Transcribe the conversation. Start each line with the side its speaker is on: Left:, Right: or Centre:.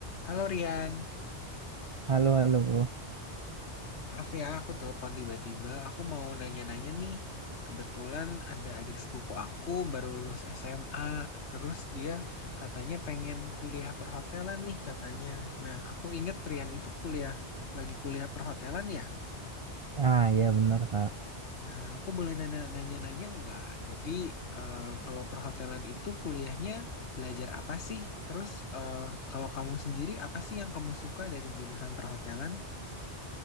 Left: Halo Rian,
Right: Halo, halo.
Left: maaf ya aku telepon tiba-tiba. Aku mau nanya-nanya nih. Kebetulan ada adik sepupu aku baru lulus SMA, terus dia katanya pengen kuliah perhotelan nih katanya. Nah, aku inget Rian itu kuliah lagi kuliah perhotelan ya.
Right: Ah, ya benar, Kak.
Left: Nah, aku boleh nana- nanya-nanya nggak? Jadi eh, kalau perhotelan itu kuliahnya belajar apa sih? Terus eh, kalau kamu sendiri apa sih yang kamu suka dari jurusan perhotelan?